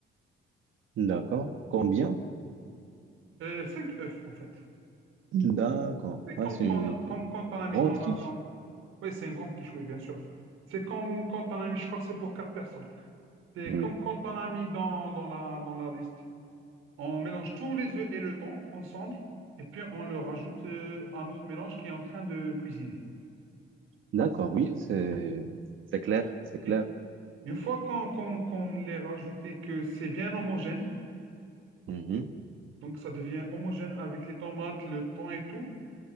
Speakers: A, on the right; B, on the right.
A: Mhm. D'accord. Combien?
B: Euh, cinq œufs, en fait.
A: D'accord.
B: C'est comme
A: Ah, c'est
B: quand,
A: une une
B: comme quand on a mis
A: grande
B: dans la...
A: quiche.
B: Dans la- Oui, c'est une grande quichouée, bien sûr. C'est comme quand on a mis, je crois que c'est pour quatre personnes. C'est
A: Oui.
B: comme quand on a mis dans, dans la, dans la liste. On mélange tous les œufs et le thon ensemble. Et puis, on le rajoute euh, à notre mélange qui est en train de cuisiner.
A: D'accord, oui, c'est c'est clair, c'est clair.
B: Ok Une fois qu'on qu'on, qu'on les rajoute et que c'est bien homogène,
A: Mhm.
B: donc ça devient homogène avec les tomates, le thon et tout,